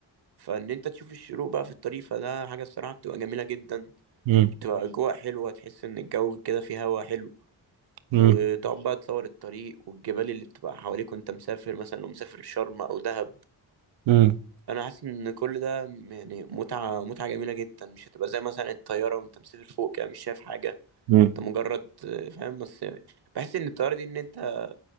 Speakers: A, on the right (about 55°); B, on the right (about 80°).
A: فان انت تشوف الشروق بقى في الطريق فده حاجة الصراحة بتبقى جميلة جدا
B: مم.
A: وبتبقى اجواء حلوة تحس ان الجو كده فيه هوا حلو
B: مم.
A: وتقعد بقى تصور الطريق والجبال اللي بتبقى حواليك وانت مسافر مثلا لو مسافر شرم او دهب
B: مم.
A: انا حاسس ان كل ده يعني متعة متعة جميلة جدا مش هتبقى زي مثلا الطيارة وانت مسافر فوق كده مش شايف حاجة
B: مم.
A: انت مجرد آه، فاهم بس بحس ان الطياره دي ان انت